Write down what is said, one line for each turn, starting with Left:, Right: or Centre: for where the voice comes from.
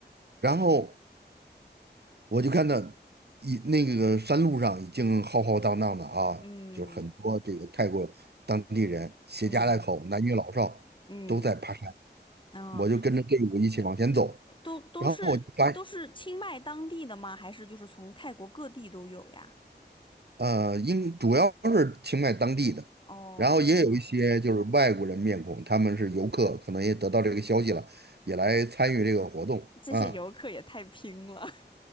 Right: 然后。我就看到一那个山路上已经浩浩荡荡的啊，
Left: 嗯
Right: 就是很多这个泰国当地人携家带口，
Left: 嗯
Right: 男女老少都在爬山，
Left: 嗯啊，
Right: 我就跟着队伍一起往前走，
Left: 都都是都是清迈当地的吗？
Right: 然后我就发现
Left: 还是就是从泰国各地都有呀？
Right: 呃，应主要是清迈当地的，
Left: 哦，
Right: 然后也有一些就是外国人面孔，
Left: 清迈
Right: 他们是游客，可能也得到这个消息了，也来参与这个活动啊，
Left: 这些游客也太拼了。<laughs>